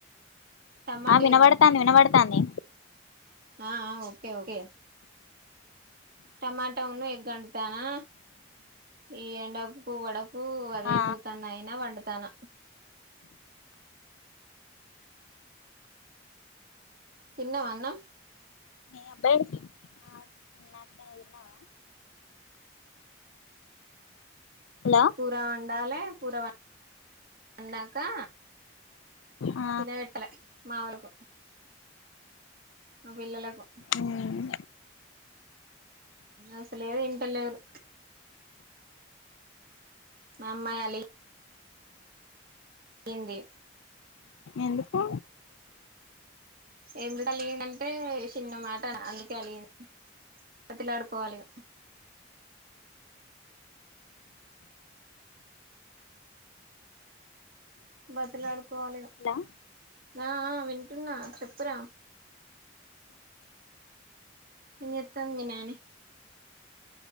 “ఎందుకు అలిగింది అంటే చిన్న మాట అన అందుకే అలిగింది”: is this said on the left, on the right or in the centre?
Right